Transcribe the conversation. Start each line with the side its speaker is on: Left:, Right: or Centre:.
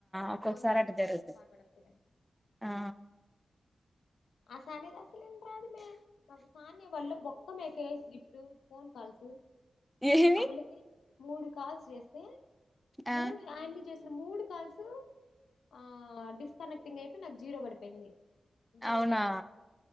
Centre: ఒక్కొక్కసారి
Left: కొన్డు
Centre: అట్ట
Left: కొను
Centre: జరుగుతుంది
Left: కొనసార్ ఫార్వర్డ్ అవుతాది కదా
Centre: ఆ
Left: ఆసానిగా అసలు ఇం రాదు మే మా సానియ వాల్ల బొక్క మే కేసు ఇప్పుడు ఫోన్ కాల్స్
Centre: ఏమి
Left: అ పిల్లకి మూడు కాల్స్ చేేస్తే మూడు
Centre: ఆ
Left: అసల్ మూడు కాల్స్ ఆ డిస్ కనెక్టింగ్ అయిపోయి నాకు జీరో పడిపోయింది జీరో
Centre: అవునా
Left: సెకడ్